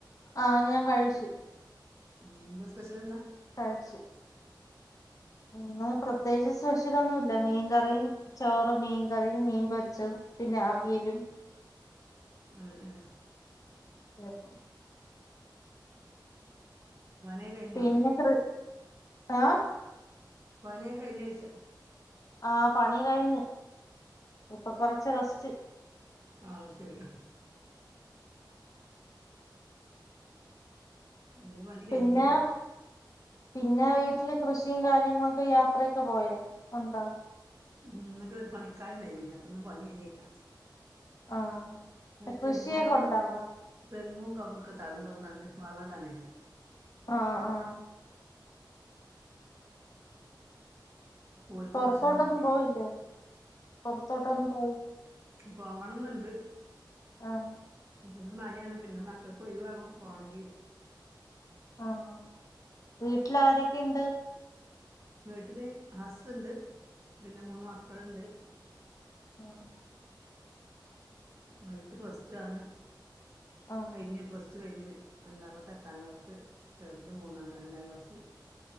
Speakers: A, on the left; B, on the right.
A: ആഹ് ഞാൻ കഴിച്ചു.
B: ഉം എന്താ സ്പെഷ്യൽ എന്താ?
A: കയിച് ഇന്ന് പ്രത്യേകിച്ച് സ്പഷലൊന്നുല്ല. മീൻകറിയും ചോറ് മീൻകറിയും മീൻ പൊരിച്ചത് പിന്നെ അവിയലും
B: ഏഹ് ഏഹ്
A: <inaudible>
B: പണിയൊ കഴിഞ്ഞോ?
A: പിന്നെ കൃ ആഹ്
B: പണിയ കഴിഞ്ഞോയ്ച്ച.
A: ആ പണി കഴിഞ്ഞ്. ഇപ്പൊ കൊർച്ച് റെ ച്ച്
B: ആഹ് അത്ശരി ഇങ്ങ് പണി കഴിഞ്ഞില്ല
A: പിന്നെ പിന്നെ വീട്ടില് കൃഷിയും കാര്യങ്ങളൊക്കെ യാത്രയൊക്കെ പോയാ ഉണ്ടാ
B: ന്ന് പണിക്കാര്ണ്ടയിനി അപ്പന്ന് പണി കഴിഞ്ഞില്ല
A: ആഹ്
B: ആഹ്
A: കൃഷിയൊക്കെ
B: തെങ്ങും ക
A: ഉണ്ടോ അവിടെ
B: തെങ്ങും കവ്ങ്ങ് ക്കെ തടം തൊർന്നാണ്ട് വളടാനെ
A: ആഹ് ആഹ്
B: ഓൽക്ക്
A: പൊറത്തോട്ടൊന്നും
B: ഭക്ഷണം വേണ്ടിനി
A: പോയില്ലേ പൊറത്തോട്ടൊന്നും പോയി
B: പോവണന്ന്ണ്ട്
A: ആഹ്
B: ഇപ്പന്ന് മഴയാണ് പിന്നെ മക്കക്കൊയിവേണം പോണങ്കി
A: ആഹ് വീട്ടിൽ ആരൊക്കെണ്ട്
B: വീട്ടല് ഹസ് ഇണ്ട് പിന്നെ മൂന്ന് മക്കൾണ്ട്
A: ആഹ്
B: വൽത് പ്ലസ് ടു ആണ്
A: ആഹ്
B: കഴിഞ്ഞ് പ്ലസ്റ്റു കഴിഞ്ഞ് രണ്ടാമത്തെ എട്ടാം ക്ലാസ് ചെറുത് മൂന്നാം രണ്ടാം ക്ലാസ്